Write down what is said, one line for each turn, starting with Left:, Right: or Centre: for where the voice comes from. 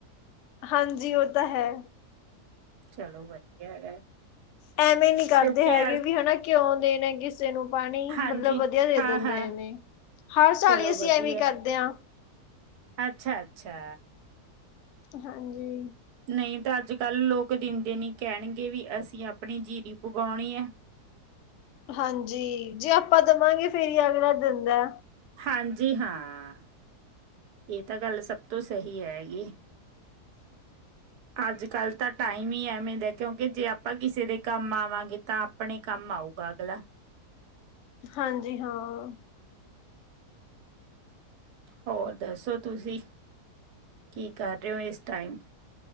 Left: ਹਾਂਜੀ ਓ ਤਾਂ ਹੈ।
Right: ਚਲੋ ਵਧੀਆ ਹੈਗਾ।
Left: ਐਵੇਂ ਨੀ ਕਰਦੇ
Right: ਕਿਉਂਕਿ
Left: ਹੈਗੇ ਵੀ ਹਨਾ ਕਿਉਂ ਦੇਣਾ ਕਿਸ ਨੂੰ ਪਾਣੀ
Right: ਹਾਂਜੀ
Left: ਮਤਲਬ ਵਧੀਆ ਦੇ
Right: ਹਾਂ-ਹਾਂ
Left: ਦਿੰਦੇ ਨੇ ਹਰ
Right: ਚਲੋ
Left: ਸਾਲ ਈ ਅਸੀਂ
Right: ਵਧੀਆ
Left: ਐਵੇਂ ਕਰਦੇ ਆ।
Right: ਅੱਛਾ-ਅੱਛਾ।
Left: ਹਾਂਜੀ।
Right: ਨਈ ਤਾਂ ਅੱਜ-ਕੱਲ੍ਹ ਲੋਕ ਦਿੰਦੇ ਨੀ ਕੈਣਗੇ ਵੀ ਅਸੀਂ ਆਪਣੀ ਜੀਰੀ ਪਗੋਣੀ ਐ।
Left: ਹਾਂਜੀ ਜੇ ਆਪਾਂ ਦੇਵਾਂਗੇ ਫੇਰ ਈ ਅਗਲਾ ਦਿੰਦਾ।
Right: ਹਾਂਜੀ ਹਾਂ ਏ ਤਾਂ ਗੱਲ ਸਭ ਤੋਂ ਸਹੀ ਹੈਗੀ।
Left: <unintelligible>
Right: ਅੱਜ-ਕੱਲ ਤਾਂ ਟਾਈਮ ਈ ਐਵੇਂ ਦਾ ਕਿਉਂਕੀ ਜੇ ਆਪਾਂ ਕਿਸੇ ਦੇ ਕੰਮ ਆਵਾਂਗੇ ਤਾਂ ਆਪਣੇ ਕੰਮ ਆਊਗਾ ਅਗਲਾ।
Left: ਹਾਂਜੀ ਹਾਂ।
Right: ਹੋਰ ਦੱਸੋ ਤੁਸੀਂ ਕੀ ਕਰ ਰਏ ਓ ਇਸ ਟਾਈਮ?